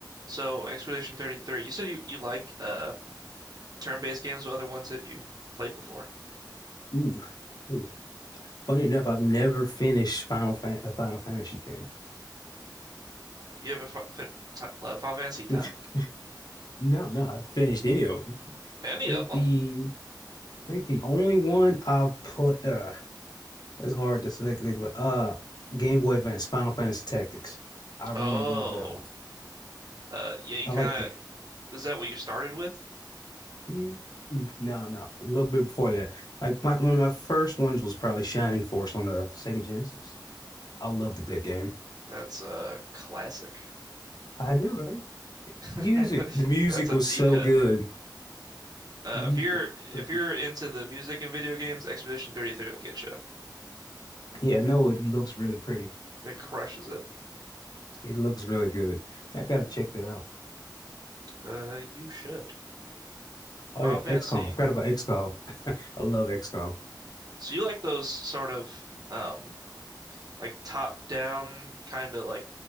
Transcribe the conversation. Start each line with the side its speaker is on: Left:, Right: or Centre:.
Right: So Expedition 33, you said you, you like uh turn-based games. What other ones have you played before?
Left: Ooh, ooh. funny enough, I've never finished Final Fan- a Final Fantasy game.
Right: You haven't fi fi t uh, Final Fantasy 10?
Left: <laughs> no, no, I've finished any of them. I
Right: Any
Left: think
Right: of them?
Left: the I think the only one I've put uh it's hard to think, think but uh Game Boy Advance Final Fantasy Tactics. I really
Right: Oh,
Left: love that one.
Right: uh, yeah. You
Left: I
Right: kind
Left: like
Right: of is that what you started with?
Left: Mm, No, no, a little bit before that. Like my, one of my first ones was probably Shining Force on the Sega Genesis. I loved that game.
Right: That's a classic.
Left: I do, right?
Right: <laughs>
Left: Music, the music
Right: That's a
Left: was
Right: deep
Left: so
Right: cut.
Left: good.
Right: Uh,
Left: The music
Right: if you're
Left: was
Right: if
Left: so good.
Right: you're into the music and video games, Expedition 33 will get you.
Left: Yeah, no, it looks really pretty.
Right: It crushes it.
Left: It looks really good. I gotta check that out.
Right: Uh, you should.
Left: Oh
Right: Final
Left: yeah,
Right: Fantasy.
Left: XCOM. I forgot about XCOM. I love XCOM.
Right: So you like those sort of um like top down kind of like